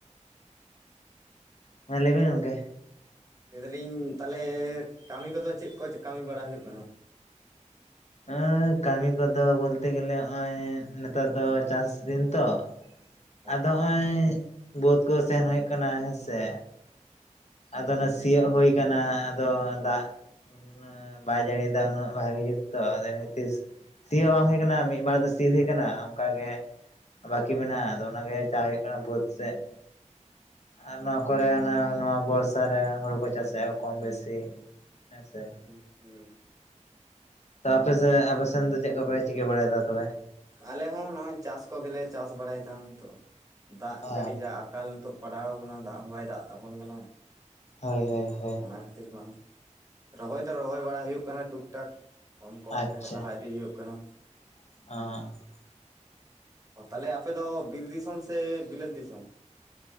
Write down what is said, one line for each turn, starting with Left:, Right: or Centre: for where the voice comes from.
Left: ᱢᱟ ᱞᱟᱹᱭ ᱵᱤᱱ ᱜᱚᱝᱠᱮ?
Right: ᱞᱟᱹᱭ ᱫᱟᱞᱤᱧ ᱛᱟᱞᱦᱮ ᱠᱟᱹᱢᱤ ᱠᱚᱫᱚ ᱪᱮᱫ ᱠᱚ ᱠᱟᱹᱢᱤ ᱵᱟᱲᱟ ᱦᱳᱭᱳᱜ ᱠᱟᱱᱟ?
Left: ᱮᱸᱻ ᱠᱟᱹᱢᱤ ᱠᱚᱫᱚ ᱵᱚᱞᱛᱮ ᱜᱮᱞᱮ ᱱᱚᱜᱼᱚᱭ ᱱᱮᱛᱟᱨ ᱫᱚ ᱪᱟᱥ ᱫᱤᱱ ᱛᱚ ᱾
Right: <inaudible>
Left: ᱟᱫᱚ ᱱᱚᱜᱼᱚᱭ ᱵᱟᱹᱫᱽ ᱠᱚ ᱥᱮᱱ ᱦᱩᱭᱩᱜ ᱠᱟᱱᱟ ᱦᱮᱸ ᱥᱮ
Right: ᱦᱩᱸ
Left: ᱟᱫᱚ ᱚᱱᱟ ᱥᱤᱭᱚᱜ ᱦᱳᱭ ᱠᱟᱱᱟ ᱟᱫᱚ ᱫᱟᱜᱼᱼ ᱩᱱᱟᱹᱜ ᱵᱟᱭ ᱡᱟᱲᱤᱭᱮᱫᱟ ᱩᱱᱟᱹᱜ ᱵᱷᱟᱜᱤ ᱡᱩᱛ ᱛᱚ ᱟᱫᱚ ᱤᱱᱟᱹ ᱠᱷᱟᱛᱤᱨᱼᱼ ᱥᱤ ᱦᱚᱸ ᱵᱟᱝ ᱦᱩᱭ ᱠᱟᱱᱟ ᱢᱤᱫᱵᱟᱨ ᱫᱚ ᱥᱤ ᱦᱳᱭ ᱠᱟᱱᱟ ᱟᱨ ᱚᱱᱠᱟᱜ ᱜᱮ ᱵᱟᱠᱤ ᱢᱮᱱᱟᱜᱼᱟ ᱟᱫᱚ ᱚᱱᱟᱜᱮ ᱪᱟ ᱦᱳᱭᱳᱜ ᱠᱟᱱᱟ ᱵᱟᱹᱫᱽ ᱥᱮᱫ ᱾ ᱟᱨ ᱱᱚᱣᱟ ᱠᱚᱨᱮ ᱱᱚᱣᱟ ᱵᱚᱨᱥᱟ ᱨᱮ ᱦᱩᱲᱩ ᱠᱚ ᱪᱟᱥᱮᱫᱼᱟ ᱠᱚᱢ ᱵᱮᱥᱤ ᱦᱮᱸᱥᱮ ᱾
Right: <unintelligible>
Left: ᱛᱚ ᱟᱯᱮᱥᱮᱫ ᱟᱯᱮᱥᱮᱱ ᱫᱚ ᱪᱮᱫ ᱠᱚᱯᱮ ᱪᱤᱠᱟᱹ ᱵᱟᱲᱟᱭᱮᱫᱟ ᱛᱚᱵᱮ?
Right: ᱟᱞᱮ ᱦᱚᱸ ᱱᱚᱜᱼᱚᱭ ᱪᱟᱥ ᱠᱚᱜᱮᱞᱮ ᱪᱟᱥ ᱵᱟᱲᱟᱭᱮᱫᱟ ᱱᱤᱛᱚᱜ ᱫᱟᱜ
Left: ᱚ
Right: ᱡᱟᱹᱲᱤ ᱡᱟ ᱟᱠᱟᱞ ᱱᱤᱛᱚᱜ ᱯᱟᱲᱟᱣ ᱟᱠᱟᱱᱟ ᱫᱟᱜ ᱦᱚᱸ ᱵᱟᱭ ᱫᱟᱜ ᱟᱵᱚᱱ ᱠᱟᱱᱟ ᱾
Left: ᱦᱳᱭ ᱦᱳᱭ ᱾
Right: ᱚᱱᱟ ᱠᱷᱟᱹᱛᱤᱨ ᱢᱟ ᱨᱚᱦᱚᱭ ᱫᱚ ᱨᱚᱦᱚᱭ ᱵᱟᱲᱟ ᱦᱩᱭᱩᱜ ᱠᱟᱱᱟ ᱴᱩᱠ ᱴᱟᱠ ᱾ ᱠᱚᱢ ᱠᱚᱢᱛᱮ
Left: ᱟᱪᱪᱷᱟ
Right: ᱞᱟᱦᱟ ᱤᱫᱤ ᱦᱩᱭᱩᱜ ᱠᱟᱱᱟ ᱾
Left: <unintelligible>
Right: ᱚ ᱛᱟᱦᱚᱞᱮ ᱟᱯᱮ ᱫᱚ ᱵᱤᱨ ᱫᱤᱥᱚᱢ ᱥᱮ ᱵᱤᱞᱟᱹᱛ ᱫᱤᱥᱚᱢ?